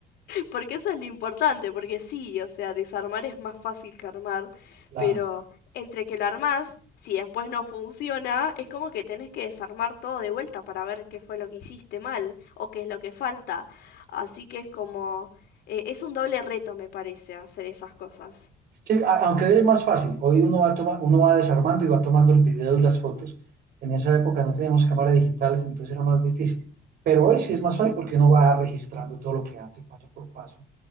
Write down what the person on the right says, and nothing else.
Claro.
Sí, a- aunque hoy es más fácil, hoy uno va toma- uno va desarmando y va tomando el video y las fotos. En esa época no teníamos cámaras digitales, entonces era más difícil. Pero hoy sí es más fácil porque uno va registrando todo lo que hace paso por paso